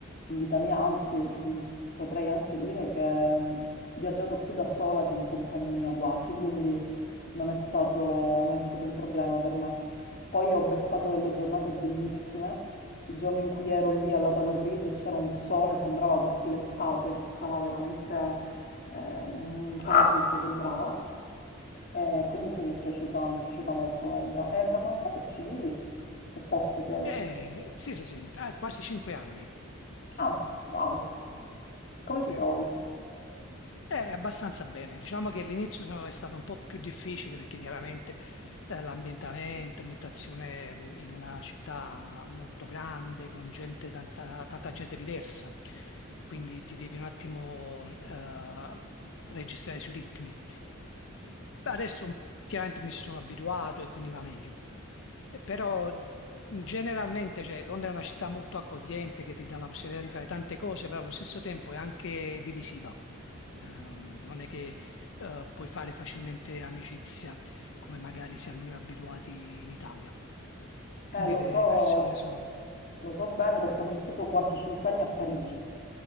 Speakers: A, on the left; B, on the left.
A: in vita mia, anzi mh, potrei anche dire che mh, ho viaggiato più da sola che in compagnia quasi, <laughs> quindi non è stato, non è stato un problema per me. Poi ho beccato delle giornate bellissime, il giorno in cui ero lì alla Tower Bridge c'era un sole, sembrava quasi l'estate, si stava veramente eh, un paradiso, sembrava. E quindi sì, mi è piaciuta, mi è piaciuta molto Londra. E da quant'è che ci vivi? Se posso chiedere.
B: Eh, sì, sì, sì, ah, quasi cinque anni.
A: Ah, wow, come
B: Sì.
A: ti trovi?
B: Eh, abbastanza bene. Diciamo che all'inizio sono- è stato un po' più difficile perché chiaramente eh, l'ambientamento, ambientazione mh, in una città molto grande, con gente, tanta, tanta gente diversa, quindi ti devi un attimo mh, eh, registrare sui ritmi. Adesso chiaramente mi ci sono abituato e quindi va meglio. Però generalmente, cioè, Londra è una città molto accogliente che ti dà la possibilità di fare tante cose, però allo stesso tempo è anche divisiva. Ehm, non è che eh, puoi fare facilmente amicizia come magari siamo noi abituati in Italia.
A: Eh,
B: Quindi
A: lo
B: le
A: so,
B: persone sono...
A: lo so bene perché ho vissuto quasi 5 anni a Parigi,